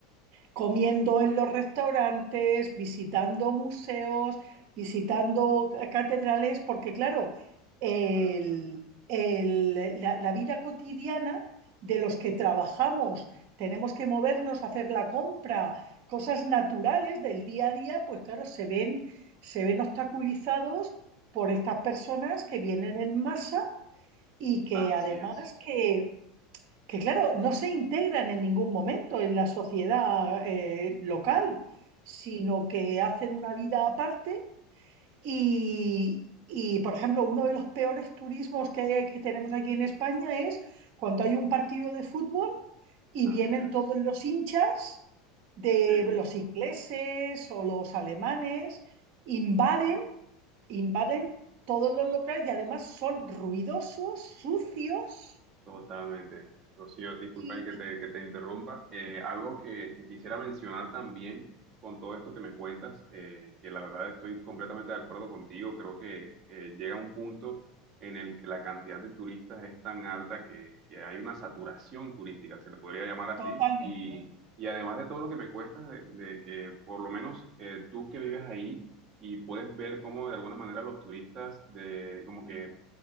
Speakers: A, on the right; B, on the right.
A: comiendo en los restaurantes, visitando museos, visitando catedrales, porque claro, el-
B: Claro, claro.
A: el- la, la vida cotidiana de los que trabajamos, tenemos que movernos, a hacer la compra, cosas naturales del día a día, pues claro, se ven, se ven obstaculizados por estas personas que vienen en masa y que
B: Así
A: además
B: es,
A: que que claro, no se integran en ningún momento en la sociedad eh, local, sino que hacen una vida aparte y, y, por ejemplo, uno de los peores turismos que, hay- que tenemos aquí en España es cuando hay un partido de fútbol y
B: así
A: vienen
B: es.
A: todos los hinchas de
B: <laughs>
A: los ingleses o los alemanes, invaden, invaden todos los locales y además son ruidosos, sucios.
B: Totalmente. Rocío, disculpa
A: Y,
B: ahí que te, que te interrumpa. Eh, algo que, que quisiera mencionar también con todo esto que me cuentas, eh, que la verdad estoy completamente de acuerdo contigo, creo que eh, llega un punto en el que la cantidad de turistas es tan alta que, que hay una saturación turística, se le podría llamar así,
A: Totalmente.
B: y, y además de todo lo que me cuesta, de, de que por lo menos eh, tú que vives ahí y puedes ver cómo de alguna manera los turistas de, como que